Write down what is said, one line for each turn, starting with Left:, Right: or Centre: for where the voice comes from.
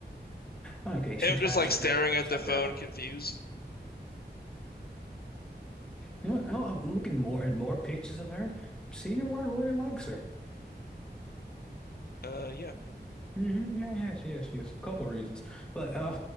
Centre: Okay, she
Left: Him
Centre: ties
Left: just like
Centre: her
Left: staring
Centre: hair upside
Left: at the phone,
Centre: down.
Left: confused.
Centre: You know, what? oh, I'm I'm looking more at more pictures of her. Seeing why Rory likes her.
Left: Uh, yeah.
Centre: hmm Yeah, yes, yes, yes. Couple reasons, but uh,